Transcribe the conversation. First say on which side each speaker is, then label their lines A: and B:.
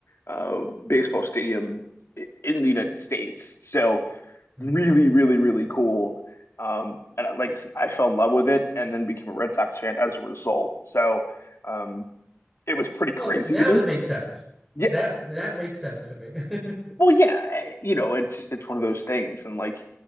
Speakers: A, on the left (about 70°); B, in the centre.
A: uh, baseball stadium i- in the United States. So
B: mm.
A: really, really, really cool. Um, and I, like I fell in love with it, and then became a Red Sox fan as a result. So um, it was pretty crazy
B: well, th now
A: to me.
B: that makes sense.
A: Yeah,
B: That that makes sense to me. <laughs>
A: well, yeah, eh, you know, it's just it's one of those things. And like,